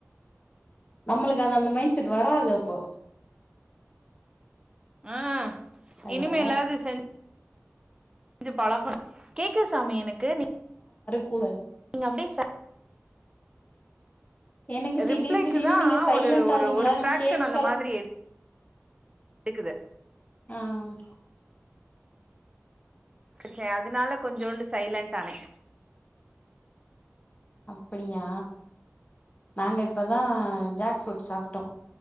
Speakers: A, on the left; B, on the right.
A: நம்மளுக் அது அந்த மைண்ட் செட் வராது அப்போ
B: ஆ
A: ஹலோ
B: இனிமேலாது செஞ் ஞ்சு பழகோன் கேக்குது சாமி எனக்கு நீ
A: கூற
B: நீங்க அப்டியே சை
A: எனக்கு திடீர்
B: ரிப்ளைக்குதா
A: திடீர்னு நீங்க சைலண்ட்
B: ஒரு ஒரு
A: ஆறீங்களா
B: ஒரு
A: எனக்கு
B: ஃப்ராக்ஷன்
A: கேக்கல
B: அந்த மாதிரி கேக்குது
A: ஆ <inaudible>
B: செஞ்சா அதனால கொஞ்சோண்டு சைலன்ட் ஆன
A: அப்டியா நாங்க இப்பதா ஜாக்ஃபுட் சாப்ட்டோ